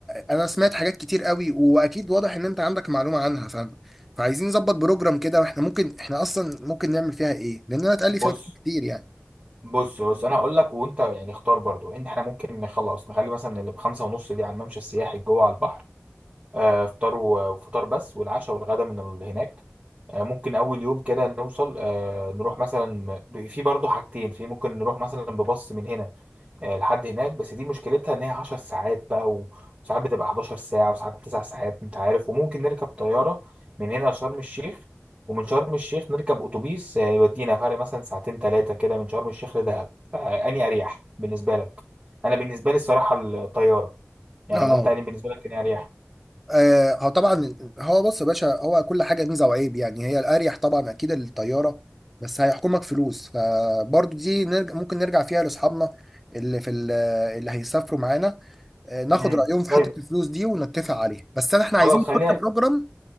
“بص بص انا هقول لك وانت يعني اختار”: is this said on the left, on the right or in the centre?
Right